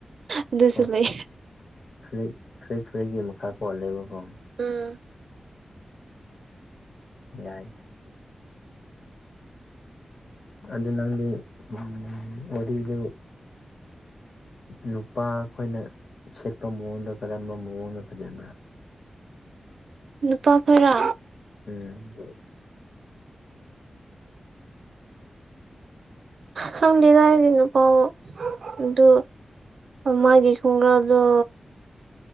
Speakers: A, on the right; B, on the left.
A: ꯑꯗꯨꯁꯨ
B: ꯑꯣ
A: ꯂꯩꯌꯦ
B: ꯐꯨꯔꯤꯠ ꯐꯨꯔꯤꯠ ꯐꯔꯤꯠꯀꯤ ꯃꯈꯥ ꯄꯣꯜꯂꯦꯕꯀꯣ
A: ꯎꯝ
B: ꯌꯥꯏ ꯑꯗꯨ ꯅꯪꯗꯤ ꯎꯝ ꯋꯥꯔꯤꯗꯨ ꯅꯨꯄꯥ ꯑꯩꯈꯣꯏꯅ ꯁꯦꯠꯄ ꯃꯑꯣꯡꯗ ꯀꯔꯝꯕ ꯃꯑꯣꯡꯅ ꯐꯖꯕ꯭ꯔꯥ
A: ꯅꯨꯄꯥ ꯈꯣꯢꯔꯣ
B: ꯎꯝ
A: ꯈꯪꯗꯤꯗ ꯑꯩꯗꯤ ꯅꯨꯄꯥ ꯑꯗꯨ ꯃꯥꯒꯤ ꯈꯣꯡꯒ꯭ꯔꯥꯎꯗꯣ